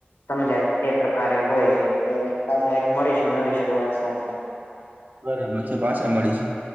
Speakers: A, on the left; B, on the right.
A: સમજાય એ પ્રકારે હોય છે એટલે પાછા એક મળીશું નવી શરૂઆત સાથે
B: બરાબર છે પાછા મળીશું.